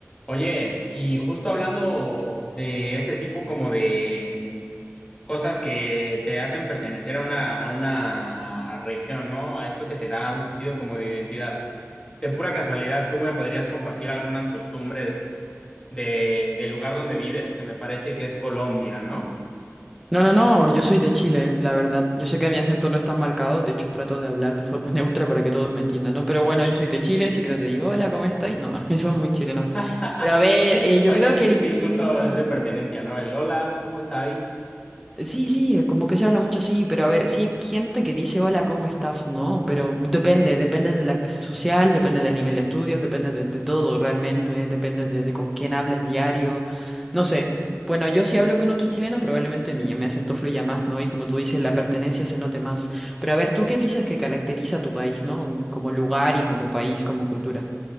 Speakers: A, on the left; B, in the centre.
A: Oye, y justo hablando de este tipo como de cosas que te hacen pertenecer a una, a una región, ¿no? A esto que te da un sentido como de identidad. De pura casualidad, ¿tú me podrías compartir algunas costumbres de, del lugar donde vives, que me parece que es Colombia, ¿no?
B: No, no, no, yo soy de Chile, la verdad. Yo sé que mi acento no es tan marcado, de hecho trato de hablar de forma <laughs> neutra para que todos me entiendan, ¿no? Pero bueno, yo soy de Chile, si creo te digo, hola, ¿cómo estás? No, <laughs> eso es muy chileno.
A: <laughs>
B: Pero a ver, eh, yo
A: Oye,
B: creo
A: sí,
B: que
A: sí,
B: el idioma...
A: sí, justo es de pertenencia, ¿no? El hola, ¿cómo estás?
B: Sí, sí, eh, como que se habla mucho así, pero a ver, sí hay gente que dice hola, ¿cómo estás? No, pero depende, depende de la clase social, depende del nivel de estudios, depende de, de todo realmente, depende de, de con quién hables diario, no sé. Bueno, yo si hablo con otro chileno, probablemente mi, mi acento fluya más, ¿no? Y como tú dices, la pertenencia se note más. Pero a ver, ¿tú qué dices que caracteriza a tu país, ¿no? Como lugar y como país, como cultura.